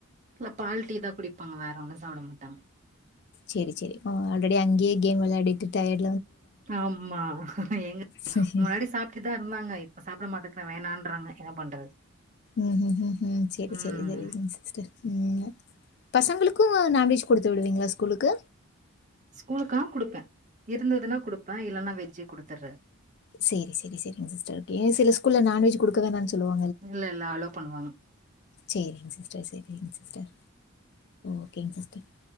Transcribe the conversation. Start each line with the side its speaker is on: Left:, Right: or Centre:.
Right: இல்ல பால் டீ தா குடிப்பாங்க வேற ஒண்ணு சாப்பிட மாட்டாங்க
Left: சரி சரி ஆல்ரெடி அங்கேய கேம் விளாடிட்டு டயர்
Right: ஆமா எங்க
Left: சரி.
Right: முன்னாடி சாப்பிட்டுதா இருந்தாங்க இப்ப சாப்பிட மாட் வேணான்றாங்க என்ன பண்றது
Left: உம் உம் சரி
Right: ம்
Left: சரி சரி சிஸ்டர் உம் பசங்களுக்கு நான்வெஜ் கொடுத்து விடுவீங்களா ஸ்கூலுக்கு
Right: ஸ்கூலுக்காக குடுப்பே இருந்ததுன்னா கொடுப்பே இல்லன்னா வெஜ்ஜு குடுத்துற
Left: சரி சரி சரி சிஸ்டர் சில ஸ்கூல்ல நான்வெஜ் கொடுக்க வேணானு சொல்லுவா
Right: இல்ல இல்ல அல்லோ பண்ணுவாங்க
Left: சரிங்க சிஸ்டர் சரிங்க சிஸ்டர் ஓகேங்க சிஸ்டர்